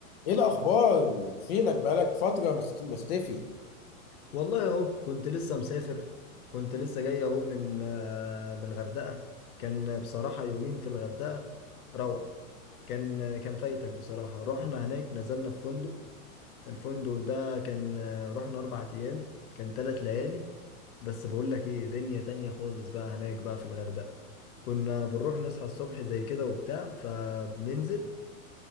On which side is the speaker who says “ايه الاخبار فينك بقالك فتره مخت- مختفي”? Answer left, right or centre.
Left